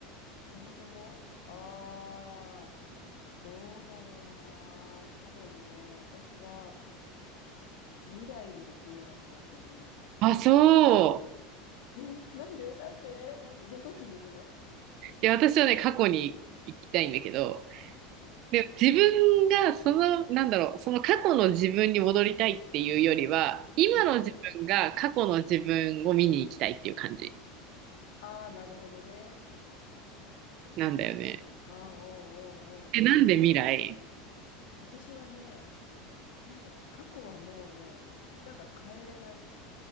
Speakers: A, on the left (about 70°); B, on the right (about 40°).
A: そもそも、ああ、どうだろうな。多分ね、私は未来に行くような気がする。
B: あ、そう。
A: え、なんでなんでなんでじゃあどっちに行くの
B: いや、私はね、過去に行きたいんだけど、
A: うん。
B: でも自分がその、なんだろう、その過去の自分に戻りたいっていうよりは、今の自分が過去の自分を見に行きたいっていう感じ
A: うんああ、なるほどね。
B: なんだよね。
A: ああ、おうおうおう。
B: え、なんで未来
A: 私はね、なんかね、過去はもうね、なんか変えれない。